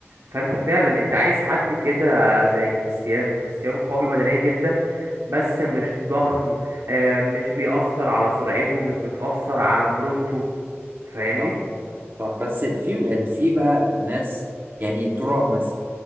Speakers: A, on the right; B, on the right.
A: فانت
B: صح
A: فعلا انت عايز حد كده زي كريستيانو كريستيانو قوي بدنيا جدا بس مش ضخم آه، مش بيأثر على سرعته مش بتأثر على مرونته فاهمني
B: صح صح بس في يعني في بقى ناس يعني ترام مثلا